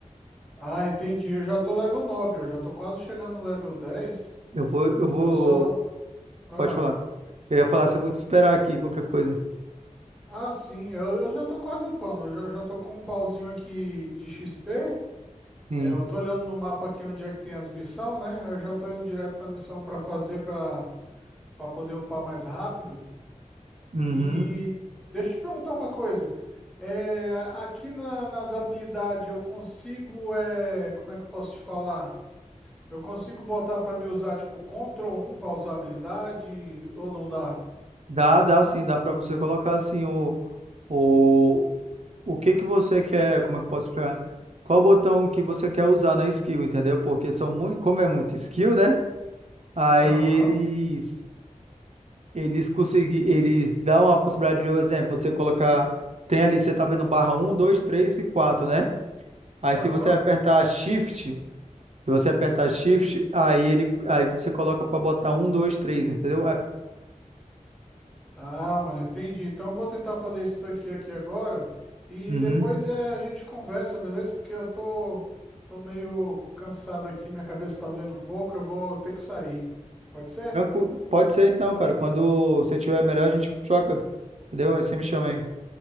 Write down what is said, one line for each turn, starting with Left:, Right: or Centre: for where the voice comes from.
Centre: Ah, entendi. Eu já tô level 9. eu já tô quase chegando no level 10.
Right: Eu vou, eu vou.
Centre: Eu só. Ah,
Right: Pode falar. Eu ia falar se eu vou te esperar
Centre: hum,
Right: aqui, qualquer coisa.
Centre: ah sim, eu, eu já tô quase upando. Eu já, já tô com um pauzinho aqui de XP.
Right: Sim.
Centre: É, Eu tô olhando no mapa aqui onde é que tem as missões, né? Eu já tô indo direto na missão pra fazer pra para poder upar mais rápido.
Right: Uhum.
Centre: E deixa eu te perguntar uma coisa. É, a- aqui na- nas habilidades eu consigo. É, como é que eu posso te falar? Eu consigo botar pra me usar, tipo, Ctrl 1 pra usar habilidade, ou não dá?
Right: Dá, dá sim, dá pra você colocar assim o, o, o que que você quer, como é que eu posso explicar? Qual botão que você quer usar na skill, entendeu? Porque são muito, como é muito skill, né? Aí
Centre: Aham,
Right: eles eles consegui, eles dão a possibilidade de, por exemplo, você colocar tem ali, você tá vendo barra um, 2, 3 e 4, né? Aí
Centre: aham.
Right: se você apertar Shift Se você apertar Shift,
Centre: hum.
Right: aí ele, aí você coloca para botar um, dois, três, entendeu? É-
Centre: Ah, mano, entendi. Então eu vou tentar fazer isso daqui aqui agora e
Right: Uhum.
Centre: depois é, a gente conversa, beleza? Porque eu tô, tô meio cansado aqui, minha cabeça tá doendo um pouco, eu vou ter que sair. Pode ser?
Right: Tranquilo. Pode ser então, cara. Quando você tiver melhor, a gente joga. Entendeu? Aí você me chama aí.